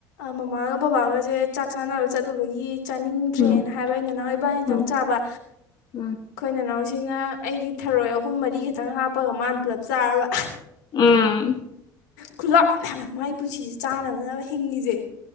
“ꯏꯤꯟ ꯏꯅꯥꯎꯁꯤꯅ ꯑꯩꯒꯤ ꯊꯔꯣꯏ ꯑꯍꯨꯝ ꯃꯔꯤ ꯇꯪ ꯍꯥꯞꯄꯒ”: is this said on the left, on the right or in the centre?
Left